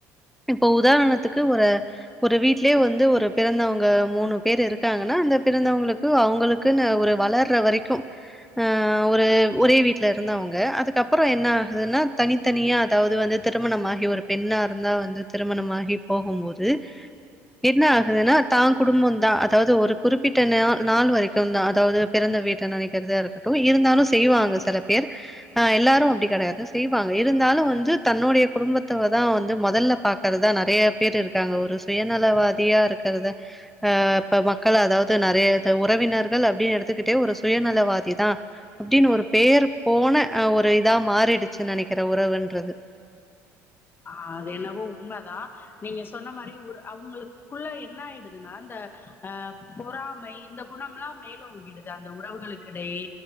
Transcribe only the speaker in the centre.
இப்ப உதாரணத்துக்கு ஒரு ஒரு வீட்லேயே வந்து ஒரு பிறந்தவங்க மூணு பேர் இருக்காங்கன்னா அந்த பிறந்தவங்களுக்கு இது அவுங்களுக்குன்னு ஒரு வளர்ற வரைக்கும் ஹ ஒரு ஒரே வீட் வீட்ல ல இருந்தொவங்க அதுக்கப்புறம் என்ன ஆகுதுன்னா தனித்தனியா அதாவது வந்து திருமணம் ஆகி ஒரு பெண்ணா இருந்தா வந்து திருமணமாகி போகும் மோது என்ன ஆகுதுன்னா தான் குடும்பம் தான் அதாவது ஒரு குறிப்பிட்ட நாள் நாள் வரைக் ட்டும்தான் அதாவது பிறந்த வீட்ட நனைக்கிறதா இருக்கட்டும் இருந்தாலும் செய்வாங்க சில பேர் அ எல்லாரும் அப்டி கிடயாது செய்வாங்க இருந்தாலும் வந்து தன்னுடைய குடும்பத்தவ தான் வந்து முதல்ல பாக் இருக்கறதா நறையா பேர் இருக்காங்க ஒரு சுயநலவாதியா இருக்கறத அ இப்ப மக்கள் அதாவது நறையா உறவினர்கள் அப்டின்னு எடுத்துக்கிட்டே ஒரு சுயநலவாதி தான் அப்டின்னு ஒரு பேர் போன ஒரு இதா மாறிடுச்சுன்னு நனைக்கிற உறவுன்றது